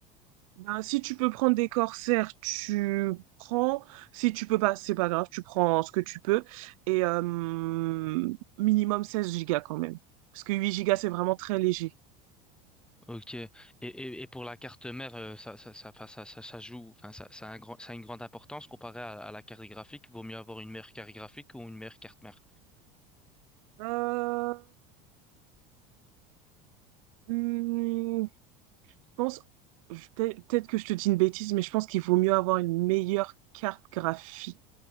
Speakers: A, on the right; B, in the centre.
A: Ben, si tu peux prendre des Corsair, tu prends. Si tu peux pas, c'est pas grave, tu prends ce que tu peux. Et euh, minimum 16 gigas quand même. Parce que 8 gigas, c'est vraiment très léger.
B: Ok. Et, et, et pour la carte mère, euh, ça, ça, ça, enfin, ça, ça, ça joue, enfin, ça, ça a un grand, ça a une grande importance comparé à, à la carte graphique. Vaut mieux avoir une meilleure carte graphique ou une meilleure carte mère.
A: Euh, hmm, pense, je- peut- peut-être que je te dis une bêtise, mais je pense qu'il vaut mieux avoir une meilleure carte graphique.